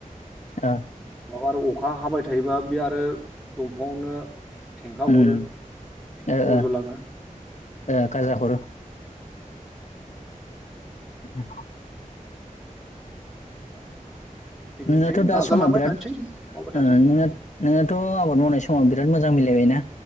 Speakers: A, on the left; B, in the centre.
A: ओ।
B: माबा आरो अखा हाबाय थायोबा बे आरो दंफांआवनो फेंखा
A: उम
B: हरो
A: ओ
B: रज'लाङो
A: ओ
B: होम।
A: ओ गाजा हरो ए।
B: <inaudible> बिदिनोसै
A: नोंनाथ' दा
B: नाजालांबाय
A: समा बिराद
B: थानोसै मावबाय थानोसै
A: ओ नोंना नोंनाथ' आबाद मावनाय समाव बिराद मोजां मिलाय <inaudible> बायना